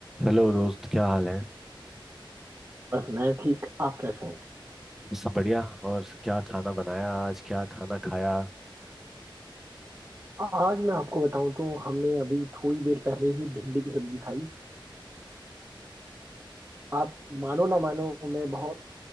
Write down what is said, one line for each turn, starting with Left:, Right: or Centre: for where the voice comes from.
Centre: हेलो दोस्त क्या हाल है
Right: बस मैं ठीक आप कैसे हैं
Centre: सब बढ़िया और क्या खाना बनाया आज क्या खाना खाया
Right: आज मैं आपको बताऊं तो हमने अभी थोड़ी देर पहले ही भिंडी की सब्जी खाई आप मानो ना मानो मैं बहुत